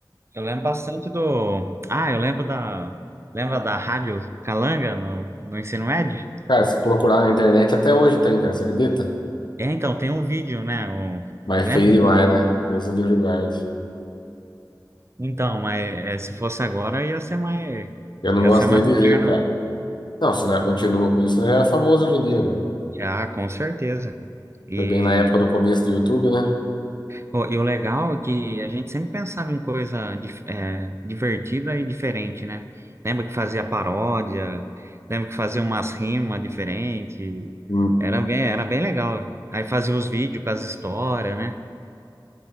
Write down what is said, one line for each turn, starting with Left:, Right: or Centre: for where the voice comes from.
Right: eu lembro bastante do. Ah, eu lembro da. Lembra da Rádio Calanga no, no ensino médio?
Left: Cara, se procurar na internet até hoje tem, cara, você acredita?
Right: É, então, tem um vídeo, né? Um...
Left: Mas
Right: Lembro
Left: é feio demais,
Right: que.
Left: né? Deus o livre e guarde.
Right: Então, mas é, se fosse agora ia ser mais.
Left: Eu não
Right: Ia
Left: gosto
Right: ser mais
Left: nem de
Right: moderno,
Left: ver, cara.
Right: né?
Left: Não, se não é, continua com isso, não já é famoso hoje em dia, né?
Right: Já, com certeza. E,
Left: Foi bem na época do começo do YouTube, né?
Right: pô, e o legal é que a gente sempre pensava em coisa dif- é, divertida e diferente, né? Lembra que fazia paródia, lembra que fazia umas rimas diferentes.
Left: Hum,
Right: Era bem, era bem legal. Aí fazia os vídeos com as histórias, né?